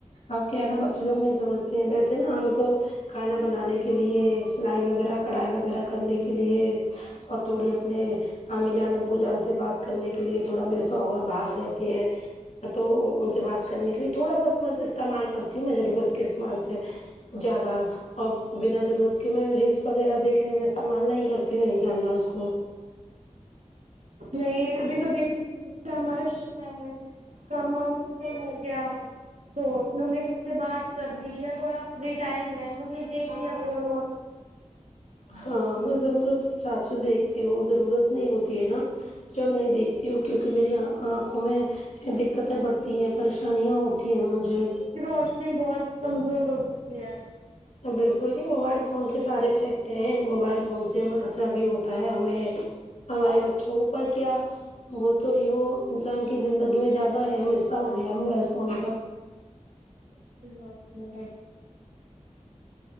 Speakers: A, on the left (about 65°); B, on the right (about 80°).
A: اب کیا ہے نا بچے لوگ نہیں سمجھتے ہیں ویسے نا ہم تو کھانا بنانے کے لیے سلائی وغیرہ کڑھائی وغیرہ کرنے کے لیے اور تھوڑی اپنے امی جان ابو جان سے بات کرنے کے لیے تھوڑا میرے اور باہر رہتے تو ان سے بات کرنے کے لیے تھوڑا بس میں استعمال کرتی ہوں میں ضرورت کے استعمال سے زیادہ بنا ضرورت کے میں ریلس وغیرہ دیکھنے میں کمالنا ہی کرتی میں ان شاء اللہ اس کو
B: نہیں ابھی تو دیکھی تو سے بچہ ہمارا چھوٹا ہے کام وام ختم ہو گیا تو ہم نے کسی سے بات کر دی یا تھوڑا فری ٹائم ہے سب نے دیکھیا فون
A: ہاں میں ضرورت کے حساب سے دیکھتی ہوں ضرورت نہیں ہوتی ہے نا جب نہیں دیکھتی ہو کیوںکہ میری آنکھوں میں دقتیں پڑتی ہیں پریشانیاں ہوتی ہیں مجھے
B: تو اس نے بہت کمزور چکی ہے
A: بالکل یہ موبائل فون کے سارے افیکٹ ہیں موبائل فون سے ہمیں خطرہ بھی ہوتا ہے ہمیں ہمارے بچوں پر کیا بول تو رہی ہو انسان کی زندگی میں زیادہ اہم حصہ ہو گیا ہے موبائل فون کا
B: <unintelligible>